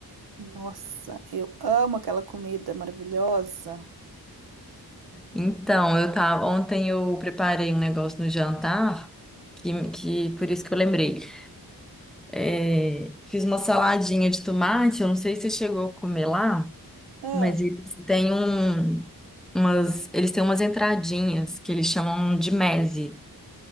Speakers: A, on the right (about 70°); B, in the centre.
A: nossa, eu amo aquela comida maravilhosa.
B: Então, eu tava, ontem eu preparei um negócio no jantar, que, que por isso que eu lembrei. É, fiz uma saladinha de tomate, eu não sei se você chegou a comer lá,
A: Ah,
B: mas eles têm um, umas, eles têm umas entradinhas que eles chamam de meze.